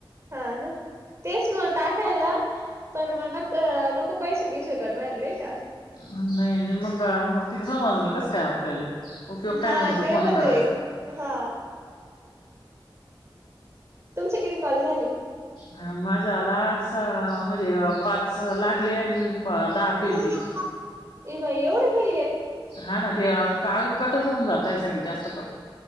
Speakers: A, on the right (about 35°); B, on the left (about 75°).
A: हा ना तेच मग टाखायला पण म नक नको पैसे बीयसे कट वायला नाय का.
B: नही नही मंग मंग तिनी समजलं कसं काय आपल्याला ले उपयोग काय
A: हा
B: मंग ते फोनं
A: होतय
B: करायचा.
A: हा तुमचे किती कॉल झाले?
B: ह माझ्या आला अस म्हणजे पाच लागले आणि प दहा फेल
A: ये
B: गेली
A: बाई येवढं घाई ये
B: हा ना ते काल कटच होऊन जातय सगळे जास्त करून